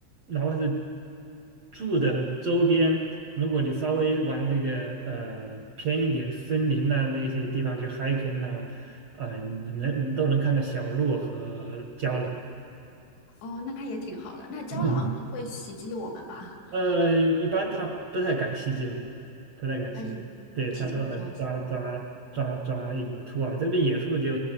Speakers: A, on the right; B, on the left.
A: 哪怕是住的周边，如果你稍微往那个呃偏一点森林呐、那些地方去 hiking 呐、啊，你能你都能看到小鹿和胶囊。
B: 哦，那也挺好的。那郊狼不会袭击我们吧？
A: <laughs> 呃，一般他不太敢袭击人，不太敢袭击。
B: 它是体积比较小。
A: 对，他都还抓抓抓抓野兔啊，这边野兔就